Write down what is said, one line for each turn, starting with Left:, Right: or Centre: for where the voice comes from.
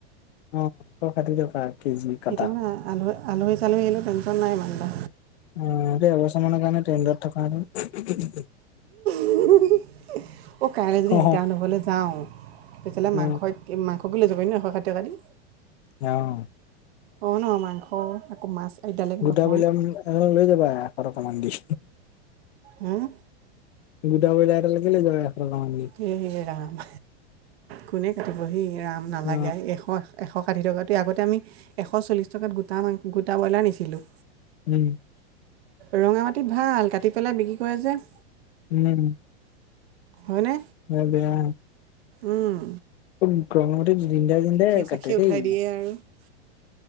Left: অ এশ ষাঠি টকা কেজি। কটা
Right: এতিয়া মানে আলহী আলহী চালহী আহিলও টেনচন নাই ইমান এটা।
Left: অৱ এইটো এবছৰ মানৰ কাৰণে ট্ৰেণ্ডত থকা হেতেন।
Right: অ' কাইলৈ যদি
Left: অ
Right: আইতাহতৰ ঘৰলৈ যাওঁ তেতিয়াহ'লে
Left: অ
Right: মাংসই মাংসকে লৈ যাবি ন এশ ষাঠি দি।
Left: অৱ।
Right: অ ন মাংস আকৌ মাছ। আইতালেকে নহয়
Left: গোটা ব্ৰ‌ইলাকে লৈ যাবা এশ টকামান দি।
Right: উম।
Left: গোটা ব্ৰ‌ইলা এটাকে লৈ যাব এশ টকা মান দি।
Right: হে ৰাম কোনে কাটিবহি ৰাম নালাগে
Left: অ
Right: এশ এশ ষাঠি টকাতোৱে আগতে আমি এশ চল্লিছ টকাত গোটা মাং গোটা ব্ৰইলাৰ নিছিলোঁ।
Left: উম।
Right: ৰঙা মাটিত ভাল কাটি পেলাই বিক্ৰী কৰে যে।
Left: উম।
Right: হয়নে।
Left: হয় বেয়া।
Right: উম।
Left: বহুত গৰমটো জিন্দাই জিন্দাই
Right: চাখিয়ে
Left: কাটে দেই।
Right: <unintelligible>